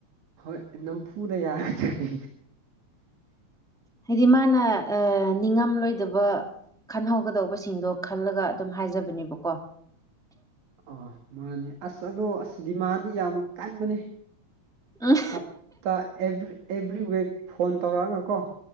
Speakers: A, on the right; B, in the centre.
A: ꯍꯣꯏ ꯅꯝꯐꯨꯗ ꯌꯥꯔ ꯆꯠꯀꯤ
B: ꯍꯥꯏꯗꯤ ꯃꯥꯅ ꯑ ꯅꯤꯡꯉꯝꯂꯣꯏꯗꯕ ꯈꯟꯍꯧꯒꯗꯧꯕꯁꯤꯡꯗꯣ ꯈꯜꯂꯒ ꯑꯗꯨꯝ ꯍꯥꯏꯖꯕꯅꯦꯕꯀꯣ
A: ꯑ ꯃꯥꯅꯦ ꯑꯁ ꯑꯗꯣ ꯑꯁ ꯗꯤꯃꯥꯟꯗꯤ ꯌꯥꯝ ꯀꯟꯕꯅꯦ꯫
B: ꯎꯝ
A: ꯍꯥꯞꯇꯥ ꯑꯦꯚ꯭ꯔꯤ ꯑꯦꯚ꯭ꯔꯝ ꯋꯤꯛ ꯐꯣꯟ ꯇꯧꯔꯛꯑꯒꯀꯣ